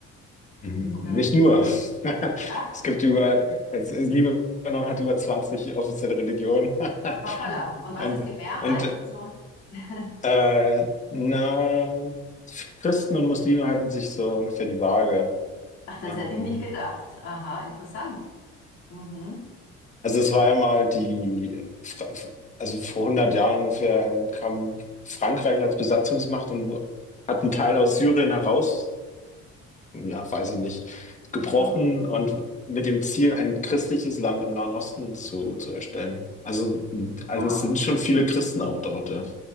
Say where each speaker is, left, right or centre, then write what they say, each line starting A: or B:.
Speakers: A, on the left; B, on the left.
A: Mhm.
B: Oder?
A: Nicht nur.
B: Nee.
A: <laughs>
B: Ach,
A: Es gibt über, es, es, Libanon hat über 20 offizielle Religionen. <laughs>
B: Hoppala. Und was
A: Und,
B: ist die Mehrheit?
A: und
B: Also, <laughs>
A: äh, na, Christen und Muslime halten sich so ungefähr die Waage.
B: ach, das
A: Ähm,
B: hätte ich nicht gedacht. Aha, interessant. Mhm.
A: Also es war ja mal die, Fra- also vor hundert Jahren ungefähr kam Frankreich als Besatzungsmacht und wo- hat einen Teil aus Syrien heraus, ja, weiß ich nicht, gebrochen
B: Mhm.
A: und mit dem Ziel, ein christliches Land im Nahen Osten zu, zu erstellen. Also, also
B: Ah,
A: es sind schon viele Christen auch dort, ja.